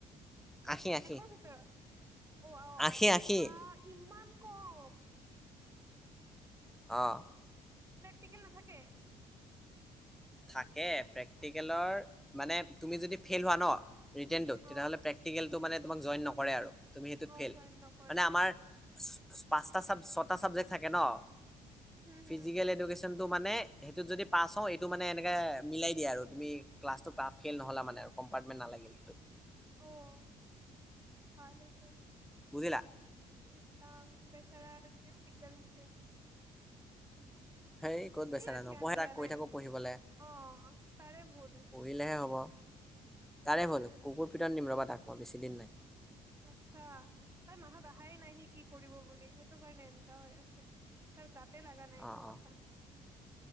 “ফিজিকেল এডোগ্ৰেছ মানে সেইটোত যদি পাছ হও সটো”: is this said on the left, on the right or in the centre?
Centre